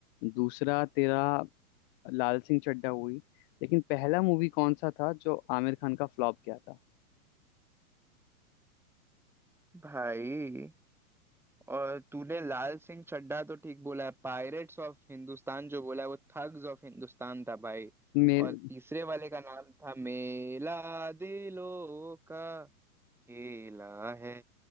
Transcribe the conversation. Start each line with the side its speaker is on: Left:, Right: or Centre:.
Left: दूसरा तेरा लाल सिंह चड्ढा हुई लेकिन पहला मूवी कौन सा था जो आमिर खान का फ्लॉप गया था
Centre: भाई और तूने लाल सिंह चड्ढा तो ठीक बोला है पायरेट्स ऑफ हिंदुस्तान जो बोला है वो थग्स ऑफ हिंदुस्तान था भाई
Left: मेरे
Centre: और तीसरे वाले का नाम था मेला दिलों का खेला है